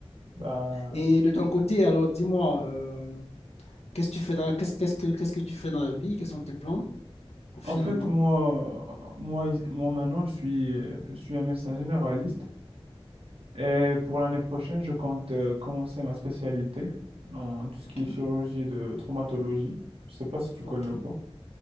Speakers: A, on the right; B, on the left.
A: Ben,
B: Et de ton côté, alors dis-moi, euh, qu'est-ce que tu fais dans la- qu'est-ce, qu'est-ce que, qu'est-ce que tu fais dans la vie? Quels sont tes plans professionnellement?
A: en fait, moi, moi, is- moi maintenant, je suis, euh, je suis un médecin généraliste. Et pour l'année prochaine, je compte euh, commencer ma spécialité en tout ce
B: Ok,
A: qui est chirurgie de traumatologie. Je sais pas si tu connais
B: ok.
A: ou pas.